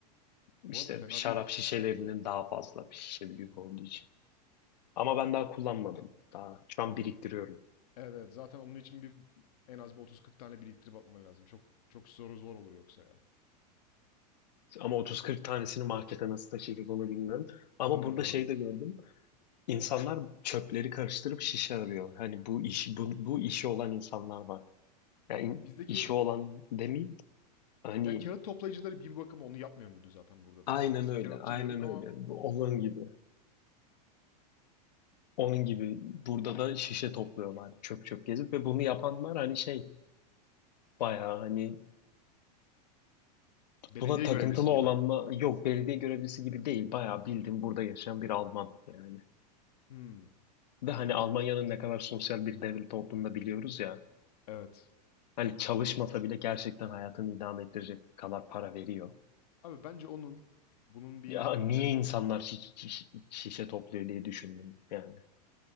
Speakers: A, on the left; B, on the left.
A: İşte
B: Bu arada fena
A: şarap
B: değil.
A: şişelerinin daha fazla bir şişe büyük
B: Hmm.
A: olduğu için. Ama ben daha kullanmadım. Daha şu an biriktiriyorum.
B: Evet, evet zaten onun için bir en az bir 30-40 tane biriktirip atman lazım. Çok çok zor zor olur yoksa ya.
A: Ama 30-40 tanesini markete nasıl taşıyacağız onu bilmiyorum. Ama
B: Doğru,
A: burada
B: doğru.
A: şey de gördüm. İnsanlar çöpleri karıştırıp şişe arıyor. Hani bu iş bu, bu işi olan insanlar var. Yani
B: Bizdeki
A: işi olan demeyeyim. Hani
B: ya kağıt toplayıcıları bir bakıma onu yapmıyor muydu zaten burada da
A: aynen
B: ya? Biz
A: öyle.
B: kağıtçı
A: Aynen
B: diyorduk
A: öyle.
B: ama
A: Bu onun gibi.
B: o-
A: Onun gibi burada da şişe topluyorlar çöp çöp gezip ve bunu yapanlar hani şey bayağı hani
B: belediye
A: Buna takıntılı
B: görevlisi gibi.
A: olanla yok belediye görevlisi gibi değil. Bayağı bildim burada yaşayan bir Alman yani.
B: Hmm,
A: Ve hani Almanya'nın ne kadar sosyal bir devlet olduğunu da biliyoruz ya.
B: evet.
A: Hani çalışmasa bile gerçekten hayatını idame ettirecek kadar para veriyor.
B: Abi bence onun bunun bir
A: Ya niye
B: yani
A: insanlar şi- şi- şişe topluyor diye düşündüm yani.